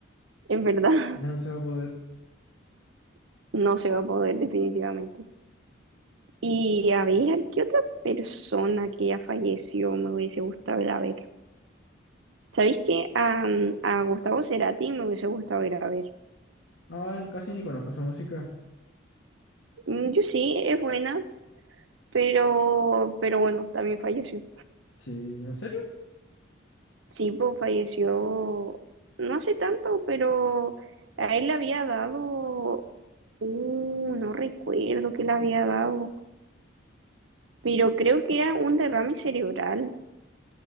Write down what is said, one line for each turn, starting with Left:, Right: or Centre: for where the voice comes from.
Right: es verdad,
Left: ya no se va a poder.
Right: <laughs> no se va a poder definitivamente. Y a ver, ¿a qué otra persona que ya falleció me hubiese gustado ir a ver? ¿Sabéis que a, a Gustavo Cerati me hubiese gustado ir a ver?
Left: No, casi ni conozco su música.
Right: Mm, Yo sí, es buena, pero, pero bueno, también falleció.
Left: Sí, ¿en serio?
Right: Sí, pues falleció no hace tanto, pero a él le había dado, uh, no recuerdo qué le había dado, pero creo que era un derrame cerebral